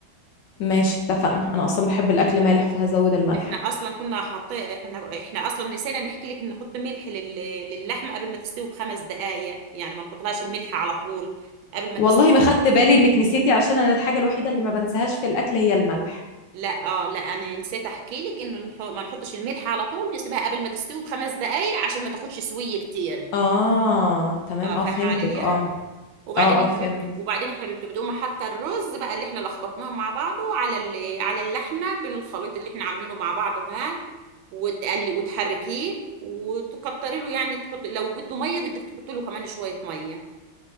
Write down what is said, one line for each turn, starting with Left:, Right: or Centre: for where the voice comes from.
Left: ماشي اتفقنا انا اصلا بحب الاكل مالح فهزود الملح
Right: احنا اصلا كنا حاطين احنا احنا اصلا نسينا نحكي لك ان نحط ملح لل... للحمه قبل ما تستوي بخمس دقائق يعني ما نحطلهاش الملح على طول قبل ما
Left: والله
Right: تستوي
Left: ما خدت بالي انك نسيتي عشان انا الحاجه الوحيده اللي ما بنساهاش في الاكل هي الملح
Right: لا اه لا انا نسيت احكي لك ان نح... ما نحطش الملح على طول نسيبها قبل ما تستوي بخمس دقائق عشان ما تاخدش سويه كتير
Left: اه تمام
Right: اه
Left: اه
Right: فاهمه
Left: فهمتك
Right: عليا
Left: اه
Right: وبعدين
Left: اه
Right: يا
Left: اه فهمت
Right: حبيب وبعدين يا حبيبتي بتقوم حاطه الرز بقى اللي احنا لخبطناه مع بعضه على ال... على اللحمه بالخليط اللي احنا عاملينه مع بعضه هاد وتقلي وتحركيه وتكتري له يعني تحط لو بده ميه بدك تحط له كمان شويه ميه